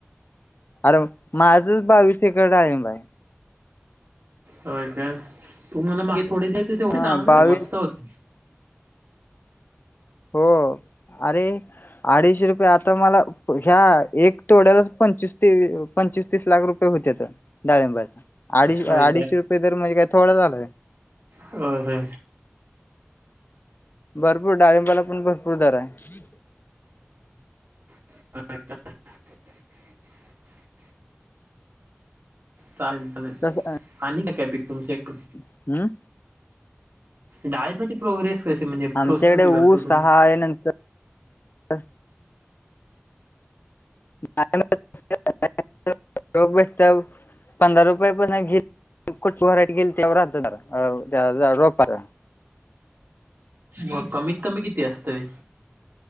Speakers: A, on the left; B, on the right.
A: आरं माझंच बावीस एकर डाळिंब आहे.
B: हो काय? तू मला मागे थोडी दिलते ते
A: हा
B: चांगले
A: बावीस
B: होते मस्त होते.
A: हो. अरे अडीचशे रुपये आता मला प ह्या एक तोड्यालाच पंचवीस तेव अ पंचवीस तीस लाख रुपये होत्यातं, डाळिंबाचं अडी
B: होय
A: अडीचशे रुपये दर म्हणजे काय थोडा झालं व्हय?
B: हो होई.
A: भरपूर डाळिंबाला पण भरपूर दर आहे.
B: <inaudible> चालेल चालेल,
A: तस
B: आणि काय काय पीक तुमच्याकडे?
A: हम्
B: डाळिंबाची प्रोग्रेस कशी म्हणजे
A: आमच्याकडे
B: प्रोसेस कशी
A: ऊस
B: करतो तुम्ही
A: हाय नंतर <unintelligible> रोख भेटत्या, पंधरा रुपये पासनं घे कुठलं व्हरायटी घेईल त्याव‌र दर त्या रोपावर.
B: मग कमीत कमी किती असतयं?